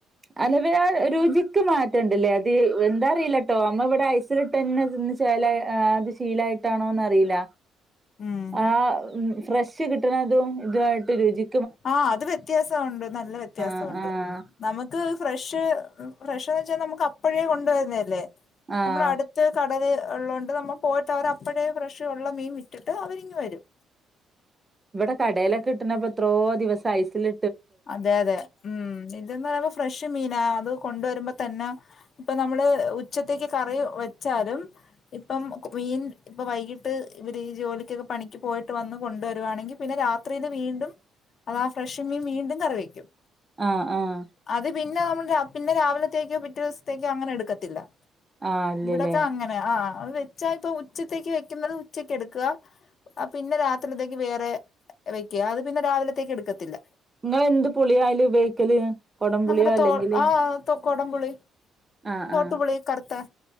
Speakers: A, on the right; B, on the left.
A: ഹല്വെവ ആരുചി. മാറ്റണ്ട്ലേ അത് എന്താറിയില്ലട്ടോ നമ്മവ്ടെ ഐസ്ല്ല്ട്ടതന്നെ തിന്ന് ചേലായാ ശീലായ്ട്ട്. ആണോന്നറീല.
B: ഉം
A: ആഹ് ഫ്രഷ് കിട്ട്ണതും ഇതുവായ്ട്ട് രുചി.
B: ആഹ് അത് വ്യത്യാസുംണ്ട് നല്ല വ്യത്യാസുംണ്ട്
A: ആഹ് ആഹ്
B: നമക്ക് ഫ്രഷ് ഫ്രഷ്ന്ന് വെച്ചാ നമുക്ക് അപ്പഴേ കൊണ്ടുവര്ന്നതല്ലേ
A: ആഹ്
B: നമ്മൾ അടു ത് കടല്ഉള്ളതോണ്ട് നമ്മ പോയിട്ട് അവർ അപ്പഴേ ഫ്രഷ്ള്ള മീൻ ഇട്ടിട്ട് അവരിങ്ങ് വരും.
A: ഇവടെ കടേലൊക്കെകിട്ട്ണ്പ്പൊ എത്രോ ദിവസം ഐസില്.
B: അതെതെ ഉം ഇതന്ന് പറയുമ്പോ ഫ്രഷ് മീനാ അത് കൊണ്ട് വരുമ്പോ തന്നെ. ഇപ്പൊ നമ്മള് ഉച്ചത്തേക്ക് കറി വെച്ചാലും ഇപ്പം മീൻ. ഇപ്പൊ വൈകിട്ട് ഇവര് ഈ ജോലിക്കൊക്കെ പണിക്ക് പോയിട്ട് വന്ന് കൊണ്ടുവരിവാണെങ്കിൽ പിന്നെ രാത്രില് വീണ്ടും. അതാ ഫ്രഷ് മീൻ വീണ്ടും കറിവെക്കും.
A: ആഹ് ആഹ്
B: അത് പിന്നെ നമ്മൾ പിന്നെ രാവിലത്തേക്കോ പിറ്റേ ദിവസത്തേക്കോ അങ്ങനെ എടുക്കത്തില്ല.
A: ആഹ് ഇല്ലല്ലേ
B: ഇവിടൊക്കെങ്ങനെ ആ അത് വെച്ചാ ഇപ്പൊ ഉച്ചത്തേക്ക് വെക്കുന്നത് ഉച്ചക്ക് എടുക്ക. ആ പിന്നെ രാത്രിത്തേക്ക് വേറെ വയ്ക്ക്യ അത് പിന്നെ രാവിലത്തേക്ക് എടുക്കത്തില്ല.
A: ഇങ്ങള് എന്ത് പുളിയാഅയ്ല് ഉപയോഗിക്കല്? കൊടംപുളിയോ
B: നമ്മുടെ
A: അല്ലെങ്കില്
B: തോ ആഹ് തൊ ക്കൊടംപുളി.
A: ആഹ്
B: തോട്ട്പുളി
A: ആഹ്
B: കർത്തെ,